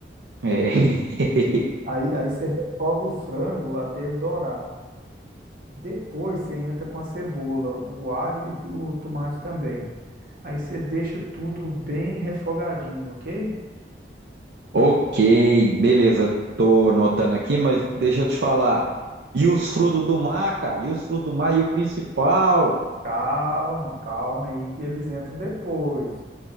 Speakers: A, on the right; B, on the right.
A: É. <laughs>
B: Aí, aí você refoga o frango até ele dourar. Depois você entra com a cebola, o alho e o tomate também. Aí você deixa tudo bem refogadinho, ok?
A: Ok, beleza. Tô anotando aqui, mas deixa eu te falar. E os frutos do mar, cara? E os frutos do mar e o principal?
B: Calma, calma aí que eles entram depois.